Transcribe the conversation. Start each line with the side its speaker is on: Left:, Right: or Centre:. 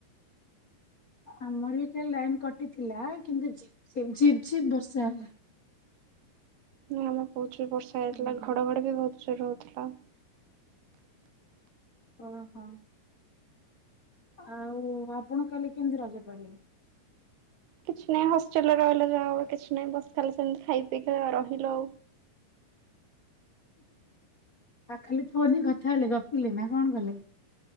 Left: ଆମର ଏରେ ଲାଇନ କଟିଥିଲା କିନ୍ତୁ ଝିପ୍ ଝିପ୍ ବର୍ଷା ହେଲା।
Right: ହଁ ଆମର ପହୁ ଯୋଉ ବର୍ଷା ହେଇଥିଲା
Left: ହୁଁ
Right: ଘଡ଼ଘଡ଼ ବି ବହୁତ ଜୋର ହଉଥିଲା।
Left: ଓ ହଁ। ଆଉ ଆପଣ କାଲି କେମିତି ରଜ ପଢିବେ?
Right: କିଛି ନାହିଁ ହଷ୍ଟେଲ୍ ରେ ରହିଲେ ଯାହା ଆଉ କିଛ ନାଇଁ ବସ୍ ଖାଲି ସେମିତି ଖାଇ ପିଇକି <unintelligible> ରହିଲୁ।
Left: ଆ ଖାଲି ଫୋନ୍ ରେ କଥା ହେଲେ ଗପିଲେ ନା କଣ କଲେ?